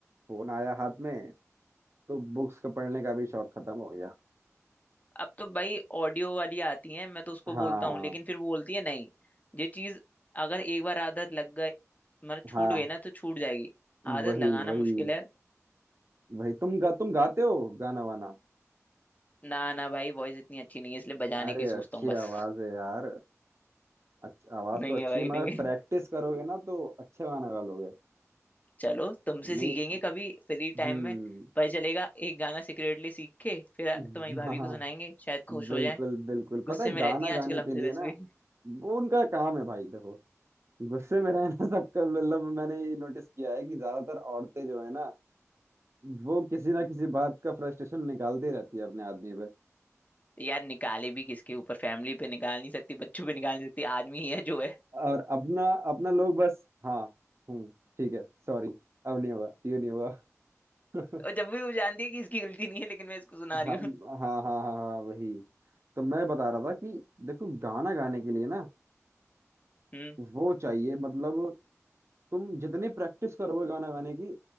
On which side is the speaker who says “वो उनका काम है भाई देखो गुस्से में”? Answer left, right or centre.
Right